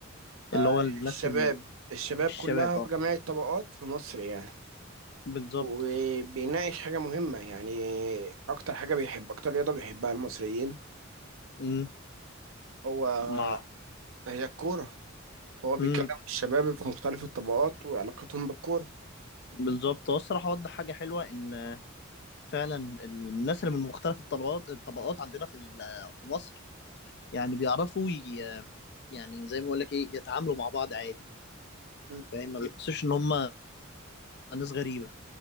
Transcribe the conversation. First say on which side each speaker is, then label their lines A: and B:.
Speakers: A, on the left; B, on the right.
A: اللي
B: آه،
A: هو الناس
B: الشباب
A: ال-
B: الشباب
A: الشباب
B: كلها
A: اه
B: في جميع الطبقات في مصر يعني
A: بالظبط
B: وبيناقش حاجة مهمة يعني أكتر حاجة بيحب أكتر رياضة بيحبها المصريين
A: امم
B: هو
A: مع
B: هي الكورة فهو بيتكلم
A: امم
B: عن الشباب في مختلف الطبقات وعلاقتهم بالكورة
A: بالظبط هو الصراحه وضح حاجه حلوه ان فعلا الناس اللي من مختلف الطلبات الطبقات عندنا في ال- في مصر يعني بيعرفوا ي- يعني زي ما اقول لك ايه يتعاملوا مع بعض عادي
B: مم.
A: فاهم ما بيحسوش ان هم ناس غريبة